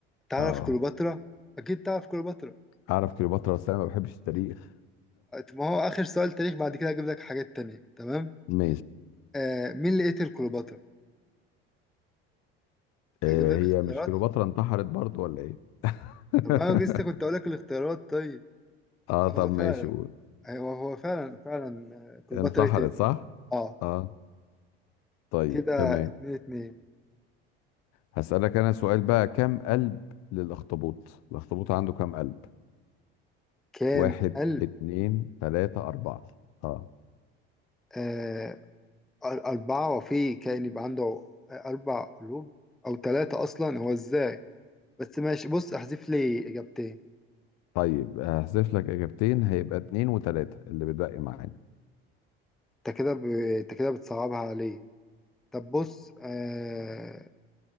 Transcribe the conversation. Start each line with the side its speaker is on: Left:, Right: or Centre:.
Centre: تعرف
Left: اه
Centre: كليوباترا أكيد تعرف كليوباترا
Left: أعرف كليوباترا بس أنا ما بحبش التاريخ
Centre: ما هو آخر سؤال تاريخ بعد كده هجيب لك حاجات تانية تمام
Left: <laughs> ماشي
Centre: آه مين اللي قتل كليوباترا
Left: آه،
Centre: أجيب لك
Left: هي
Centre: اختيارات
Left: مش كليوباترا انتحرت برضو ولا إيه؟ <laughs>
Centre: طب انا لسه كنت اقول لك الاختيارات طيب
Left: اه
Centre: هو
Left: طب ماشي
Centre: فعلا
Left: قول
Centre: هو هو فعلا فعلا آه، كليوباترا
Left: انتحرت
Centre: ايه تاني
Left: صح
Centre: اه
Left: اه طيب
Centre: كده
Left: تمام
Centre: اتنين اتنين
Left: هسألك انا سؤال بقى كم قلب للاخطبوط الاخطبوط عنده كم قلب
Centre: كام
Left: واحد
Centre: قلب
Left: اتنين تلاتة اربعة اه
Centre: آه أر- أربعة وفي كائن يبقى عنده آه، أربع قلوب أو ثلاثة أصلا هو إزاي بس ماشي بص احذف لي إجابتين
Left: طيب هحذف لك اجابتين هيبقى اتنين وتلاتة اللي بتبقي معانا
Centre: أنت كده ب... أنت كده بتصعبها عليه طب بص آه...